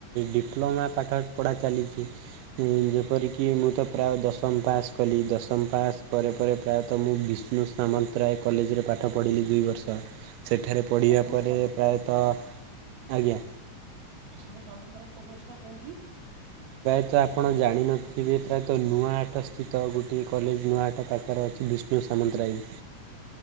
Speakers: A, on the right (about 85°); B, on the right (about 55°).
A: ଡିପ୍ଲୋମା ପାଠ ପଢ଼ା ଚାଲିଛି
B: ଆଜ୍ଞା
A: ଯେପରିକି ମୁଁ ତ ପ୍ରାୟ ଦଶମ ପାସ୍ କଲି ଦଶମ ପାସ୍ ପରେ ପରେ ପ୍ରାୟତଃ ମୁଁ ବିଷ୍ଣୁ ସାମନ୍ତରାୟ କଲେଜରେ ପା ପାଠ ପଢିଲି ଦୁଇ ବର୍ଷ ସେଠାରେ ପଢ଼ିବା
B: ବନ୍ଧୁ
A: ପରେ ପ୍ରାୟତଃ
B: ବନ୍ଧୁ
A: ଆଜ୍ଞା।
B: ବିଷ୍ଣୁ ସାମନ୍ତରାୟ କଲେଜ ଟା କୋଉଠି?
A: ପ୍ରାୟତଃ ଆପଣ ଜାଣିନଥିବେ ପ୍ରାୟତଃ ନୂଆ ହାଟ ସ୍ଥିତ ଗୋଟଏ କଲେଜ ନୂଆ ହାଟ ପାଖରେ ଅ ବିଷ୍ଣୁ ସାମନ୍ତରାଇ।